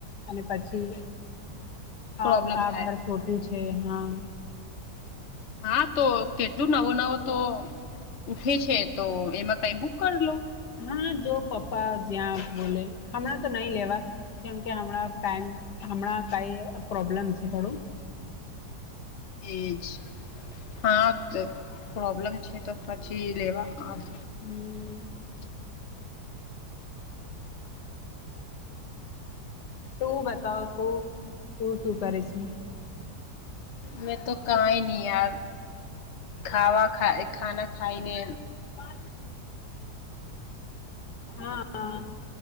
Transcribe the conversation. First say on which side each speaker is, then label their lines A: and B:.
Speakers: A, on the left (about 80°); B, on the left (about 50°).
A: અને પછી.
B: પ્રોબ્લેમ
A: આગ આગ
B: થાય
A: ઘર છોટું છે હા.
B: નવો નવો તો કેટલો હતો ઉઠે છે તો એમાં કંઈ બુક કરી લો
A: હા પપ્પા જ્યાં બોલે જો હમણાં તો નહી લેવા કેમ કે હમણાં થોડુંક ટાઈમ. કાય પ્રોબ્લેમ છે ખરૂ
B: એજ હા તો પ્રોબ્લેમ છે તો પછી રેવાનો જ
A: ટુ ઉ ઉ. તું બતાવ તું. તું શું કરે છે.
B: મેં તો કાંઈ નહી યાર ખાવા ખ ખાના ખાય ને.
A: હા આ આ.